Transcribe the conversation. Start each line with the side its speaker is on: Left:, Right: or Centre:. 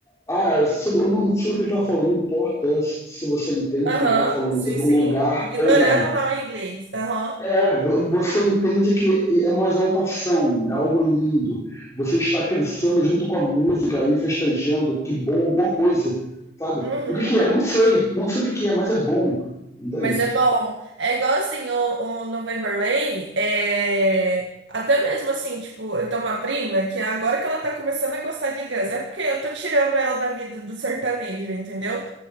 Left: ah, se, eu não sei o que ele está falando, não importa se você entende
Right: Aham,
Left: o que ele está falando,
Right: sim,
Left: se é de
Right: sim.
Left: um lugar
Right: Ignorando
Left: ou não.
Right: lá o inglês. Aham,
Left: É, você entende que é uma exaltação, é algo lindo. Você está crescendo junto com a música ali, festejando, que bom, alguma coisa, sabe?
Right: uhum.
Left: O que, que é? Não sei, não sei o que, que é, mas é bom, entende?
Right: Mas é bom. É igual assim, o, o November Rain, é... até mesmo assim, tipo, eu tenho uma prima que agora que ela tá começando a gostar de Guns, é porque eu tô tirando ela da vida do sertanejo, entendeu?